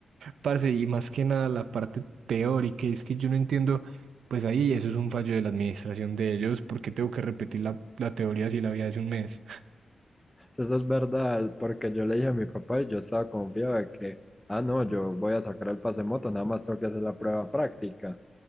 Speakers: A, on the right; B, in the centre.
A: Parce, y más que nada la parte teórica, es que yo no entiendo, pues ahí eso es un fallo de la administración de ellos, porque tengo que repetir la, la teoría si la había hace un mes?
B: Eso es verdad, porque yo le dije a mi papá y yo estaba confiado de que, ah, no, yo voy a sacar el pase moto, nada más tengo que hacer la prueba práctica.